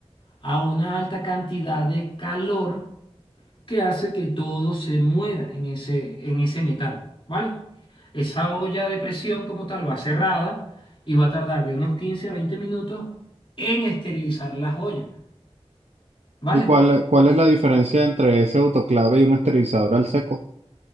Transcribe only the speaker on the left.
a una alta cantidad de calor que hace que todo se muera en ese, en ese metal, ¿vale? Esa olla de presión como tal va cerrada y va a tardar de unos 15 a 20 minutos en esterilizar las ollas, ¿vale?